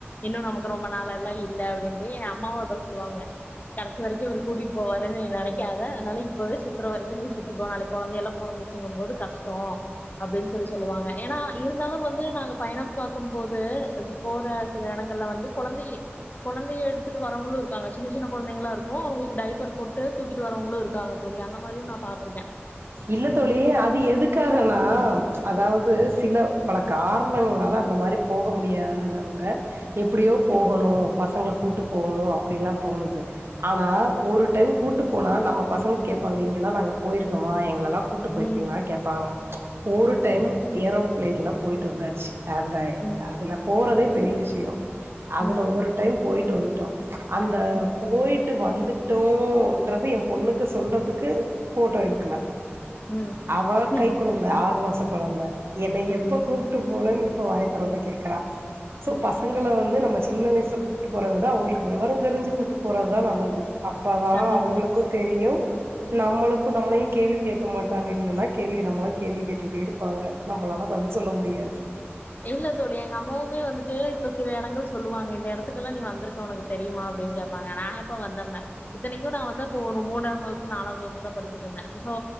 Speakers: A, on the left (about 40°); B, on the right (about 65°).
A: இன்னு நமக்கு ரொம்ப நாளல்லா இல்ல அப்டின்ட்டு எ அம்மாவு அதா சொல்லுவாங்க கடைசி வரைக்கு இவுரு கூட்டிட் போவாருன் நீ நனைக்காத அதுனால இப் இப்பவே சுற்றுற வரைக்கு நீ சுத்திக்கோ நாளைக் கொழந்தைய எல்லா பொறந்துச்சிங்கும்போது கஷ்டோ அப்டின் சொல்லி சொல்லுவாங்க ஏனா இருந்தாலு வந்து நாங்க பயணம் பாக் இருக்கும் போது போற சில எடங்கள்ல வந்து கொழந்தியே கொழந்தியே எடுத்துட்டு வரவங்களு இருக்காங்க சின்ன சின்ன கொழந்தைங்கல்லா இருக்கு அவுங்களுக்கு டைப்பர் போட் ட்டு தூக்கிட் வரவுங்களு இருக்காங் தோழி அந்த மாரியு நா பாத்துருக்கே
B: இல்ல தோழி அது எதுக்காகனா அதாவுது சில பல காரணங்களால அந்த மாரி போக முடியாதவங்க எப்படியோ போகணு பசங்கள கூட்டு போகணு அப்டில்லா தோணுது அனா ஒரு டைம் கூட் ட்டு போனா நம்ம பசங் கேப்பாங்க இங்கெல்லா நாங்க போயிருக் க்கமா எங்கலெல்லா கூட்டு போயிருக்கீங்களா
A: ம்
B: கேப்பாங்க ஒரு டைம் ஏரோப் பிள்ளைகள் எல்லா போயிட்டு வந்தச்சு ஆந்தாய்
A: ம்
B: அதுல போறதே பெரி விஷயோ அதுல
A: ம்
B: ஒரு டைம் போயிட் ட்டு வந்துட்டோ அந்த
A: ம்
B: போயிட்டு வந் ட்டோன்றது என் பொண்ணுக்கு சொல்றதுக்கு ஃபோட்டோ எடு க்கல
A: ம்
B: அவ
A: ம்
B: கைக்குழந்த ஆறு மாசம் கொழந்த என்ன
A: ம்
B: எப்ப கூப்ட்டு போனன்னு இப்ப வாய திறந்து கேக்கறா சோ
A: ம்
B: பசங்களை வந்து நம்ம சி சின்ன வயசுல குட்டி போறததா அவுங்களுக்கு விவரம் தெரிஞ்சு குட்டி போறதுதா நல்லது அப்பதா
A: கண்டிப்பா
B: அவுங்களுக்கு தெரியும் நம்மளுக்கு
A: ம்
B: நம்மளையும் கேள்வி கேக்க மாட்டாங்க இல்லன்னா கேள்வி நம்மளா கேள்வி கேட்டுட்ட இருப்பாங்க நம்மளால பதில் சொல்ல முடியாது
A: இல்ல தோழி எங்க அம்மாவுமே வந்துட்டு இப்ப சில இடங்கள் சொல்லுவாங்க எ டத்துல்லாம் நீ வந்திருக்க உனக்கு தெரியுமா அ அப்டின் கேப்பாங்க நா எப்ப வந்தம்ப இத்தனைக்கும் நா வந்தப்ப ஒரு மூணாம் வகுப்பு நாலாம் வகுப்பு தா படிச்சட்டு இருந்தே சோ